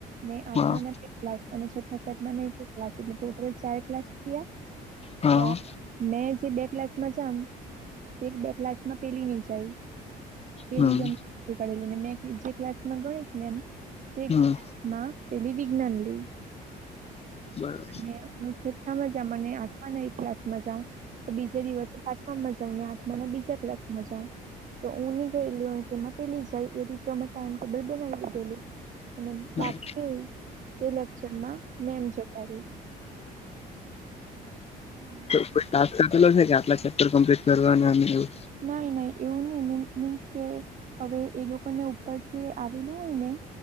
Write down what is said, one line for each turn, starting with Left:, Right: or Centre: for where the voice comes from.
Right: ન આઠમા
Left: હા
Right: ના બે ક્લાસ અને છ્ઠા સાત ના ક્લાસ એટલે ટોટલ ચાર ક્લાસ થયા.
Left: હા.
Right: તો મેં જે બે ક્લાસમાં જામ, તે બે ક્લાસમાં પેલી નની જાય. એ
Left: હમ
Right: રીતે અમ નક્કી કરેલું ને મેં જે ક્લાસમાં ગણીત લે એમ. તે
Left: હમ
Right: ક્લાસમાં પેલી વિજ્ઞાન લઈ.
Left: બરાબર
Right: અને હું છઠ્ઠામાં જા મને આઠમાંના એ ક્લાસમાં જાઉ. તો બીજે દિવસે પાંચમાં માં જાઉં ને આઠમાંના બીજા ક્લાસમાં જાઉં. તો ઉ ની ગયેલી હોય તો એમાં પેલી જાય એ રીતે અમે ટાઈમટેબલ બનાવી લીધેલું. અને
Left: હા
Right: બાકી એ લેક્ચરમાં મેમ જ તારી હમ.
Left: કો ટાસ્કલો છે કે આટલા ચેપ્ટર કમ્પ્લીટ કરવા એવું?
Right: નાઈ ના એવું નહી મીન્સ કે, હવે એ લોકોને ઉપરથી આવેલું હોય ને.